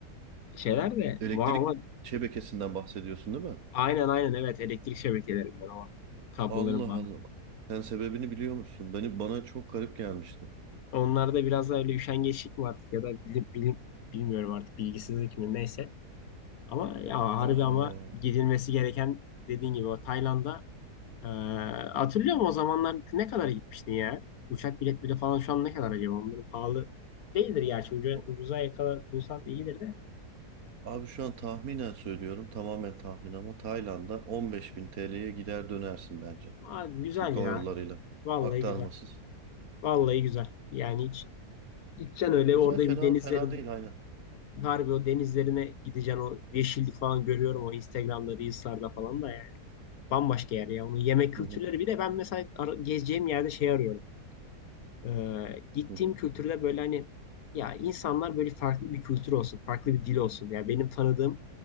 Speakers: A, on the left; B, on the right.
A: şeyler de.
B: Elektrik
A: Var ama
B: şebekesinden bahsediyorsun değil mi?
A: aynen aynen evet elektrik şebekelerinden o kabloların
B: Allah
A: bağlı.
B: Allah. Sen sebebini biliyor musun? Beni bana çok garip gelmişti.
A: Onlarda biraz da öyle üşengeçlik mi artık ya da bilim, bilim bilmiyorum artık bilgisizlik mi neyse. Ama ya harbi
B: Allah
A: ama
B: Allah.
A: gidilmesi gereken dediğin gibi o Tayland'a eee hatırlıyor musun o zamanlar ne kadara gitmiştin ya? Uçak biletleri falan şu an ne kadar acaba? Onların pahalı değildir gerçi. Ucu,
B: O-
A: ucuza yakala bulsan iyidir de.
B: Abi şu an tahminen söylüyorum. Tamamen tahmin ama Tayland'a 15 bin TL'ye gider dönersin bence.
A: Abi güzel
B: Türk Hava
A: ya.
B: Yolları'yla.
A: Vallahi
B: Aktarmasız.
A: güzel. Vallahi güzel. Yani hiç gideceksin öyle
B: Güzel
A: orada
B: fena
A: bir denizlerin
B: fena değil aynen.
A: harbi o denizlerine gideceksin o yeşillik falan görüyorum o Instagram'da Reels'larda falan da yani. Bambaşka yer ya. Onun yemek kültürleri
B: Hı hı,
A: bir de ben mesela ar- gezeceğim yerde şey arıyorum. Ee, gittiğim
B: hı hı.
A: kültürde böyle hani ya insanlar böyle farklı bir kültür olsun, farklı bir dil olsun. Ya benim tanıdığım,